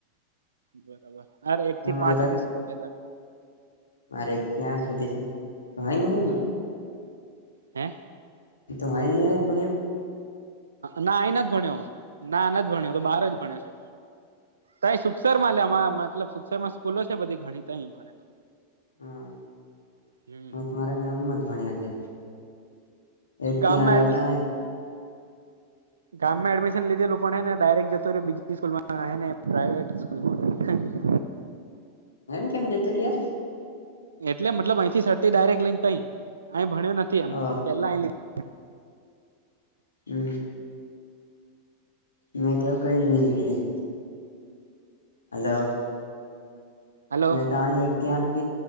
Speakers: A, on the right (about 85°); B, on the left (about 85°).
A: બરાબર હર એક
B: અમારે
A: થી પાંચ
B: તો
A: સુધી સ્કૂલે તાર
B: મારે ત્યાં આઠી છે તોય ભણ્યો
A: હે
B: એ તો હ હ બણિયા <unintelligible>
A: ના અહી નથી ભણ્યો ના નથી ભણ્યો તો બહાર જ ભણે છે. ત સુક્ષસર માં લેમાં મતલબ સુક્ષસરમાં સ્કૂલો છે બધી ઘણી ત ભણેલું
B: હા
A: હમ
B: હું તમારા ગામમાં જ ભણ્યા છે એ ત્યાં.
A: ગામમાં
B: <inaudible>
A: ગામ માં એડમિશન લીધેલું પણ હે ને ડાયરેક્ટ જતો રહ્યો બીજી સ્કૂલમાં હ ને પ્રાઇવેટ સ્કૂલમાં
B: એમ કેમ જતો યાર
A: એટલે મતલબ અહીંથી સટી ડાયરેક્ટ લ‌ઇ ત‌ઈ અ એય ભણ્યો નથી
B: યાર
A: એમ પેલા. લીધું.
B: હમ મે તો હ કઈવી ન કરીરી હલો
A: હલો
B: મેં તો આ એક કે આઠ